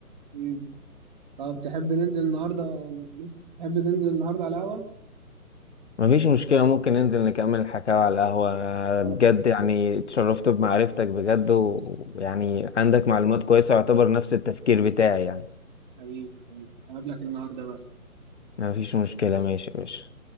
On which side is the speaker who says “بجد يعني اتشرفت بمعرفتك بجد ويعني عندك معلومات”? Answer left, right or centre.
Left